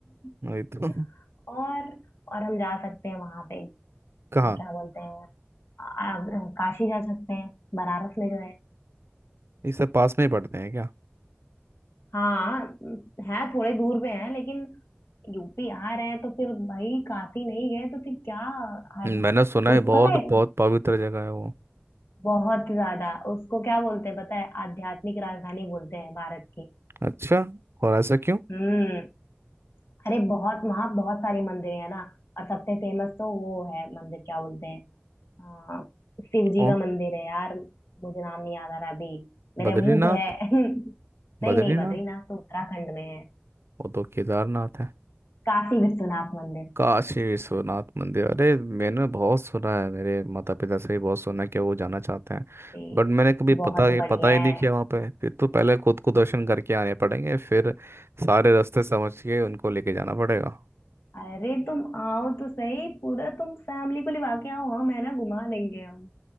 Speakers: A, on the right (about 80°); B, on the left (about 75°).
A: वही
B: <laughs>
A: तो
B: और और हम जा सकते हैं वहां पे
A: <laughs>
B: अ,
A: कहाँ
B: क्या बोलते हैं अ, अ, काशी जा सकते हैं बनारस में जो है
A: ये सब पास में ही पड़ते हैं क्या
B: हाँ है थोड़े दूर पे है लेकिन यूपी आ रहे हैं तो फिर भाई काशी नहीं गए तो फिर क्या आ,
A: मैंने सुना है
B: उस
A: बहुत
B: पता है
A: बहुत पवित्र जगह है वो
B: बहुत ज्यादा उसको क्या बोलते हैं पता है आध्यात्मिक राजधानी बोलते हैं भारत की
A: अच्छा और ऐसा क्यों
B: हम्म अरे बहुत वहां बहुत सारी मंदिर है ना और सबसे फेमस तो वो है मंदिर क्या बोलते हैं हाँ शिव जी
A: ओ
B: का मंदिर है यार मुझे नाम नहीं याद आ रहा अभी मेरे
A: बद्रीनाथ
B: मुंह पे है <laughs> नहीं
A: बद्रीनाथ
B: नहीं बद्रीनाथ तो उत्तराखंड में है
A: वो तो केदारनाथ है
B: काशी विश्वनाथ मंदिर
A: काशी विश्वनाथ मंदिर अरे मैंने बहुत सुना है मेरे माता पिता से भी बहुत सुना है कि वो जाना चाहते हैं
B: भी
A: बट मैंने कभी
B: बहुत
A: पता
B: बढ़िया
A: पता ही नहीं
B: है
A: किया वहाँ पे फिर तो पहले खुद को दर्शन करके आने पड़ेंगे फिर सारे रास्ते समझ के उनको लेके जाना पड़ेगा
B: अरे तुम आओ तो सही पूरा तुम फैमिली को लिवा के आओ हम है ना घुमा देंगे हम